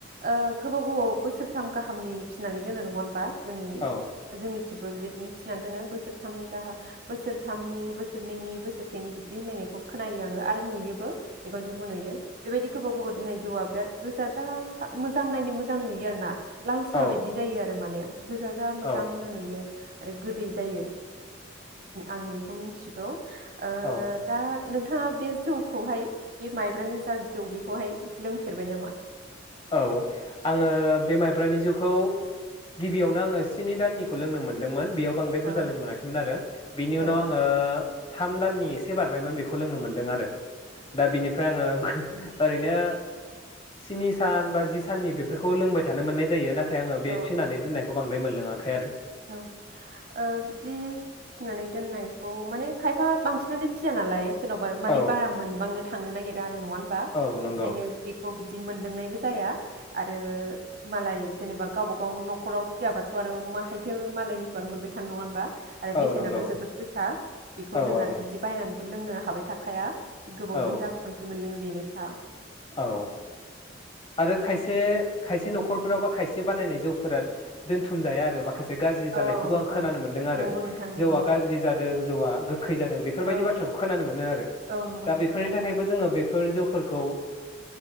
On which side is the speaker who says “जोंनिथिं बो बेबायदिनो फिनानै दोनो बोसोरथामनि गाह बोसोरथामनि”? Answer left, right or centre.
Right